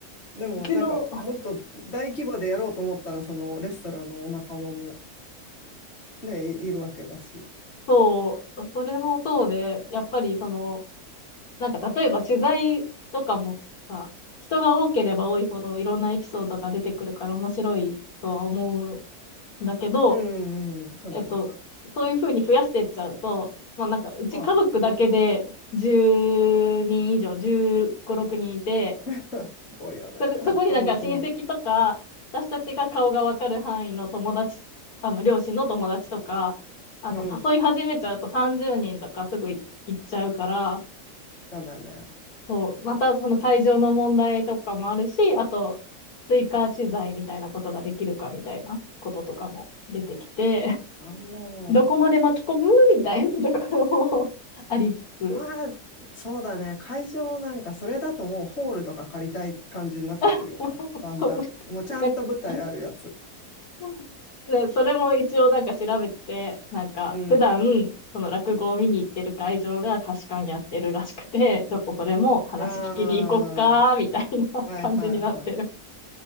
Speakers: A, on the left; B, on the left.
A: でもなんかもっと大規模でやろうと思ったらそのレストランのお仲間も
B: うちの、
A: ね、いいるわけだし。
B: そう、それもそうで、やっぱりその、なんか例えば取材とかもさ、人が多ければ多いほどいろんなエピソードが出てくるから面白いとは思うんだけど、
A: うんうんうん、そうだね。
B: えっと、そういうふうに増やしていっちゃうと、まあなんか、うち家族だけで10人以上、
A: はい。
B: 15、6人いて、
A: <laughs> すごいよね。
B: それ、そこになんか親戚とか、
A: うんうん
B: 私たちが顔がわかる範囲の友達、あの、両親の友達とか、あの、
A: うん、
B: 誘い始めちゃうと30人とかすぐい行っちゃうから、
A: そうだね。
B: そう、またその会場の問題とかもあるし、あと、追加取材みたいなことができるかみたいなこととかも出てきて、
A: あ、も
B: どこまで巻き込むみたいなところも <laughs> ありつつ。
A: う、まあ、そうだね。会場なんかそれだともうホールとか借りたい感じになってくるよな。
B: <laughs>
A: だんだん。
B: そう、
A: もうちゃんと舞台あるやつ。
B: なんか、なんかねそれも一応なんか調べてて、なんか、
A: うん。
B: 普段、その落語を見に行ってる会場が貸し館やってるらしくて、ちょっとそれも話聞きに行こっか、
A: あ
B: みたいな感じになってる。
A: あ、はいはいはい。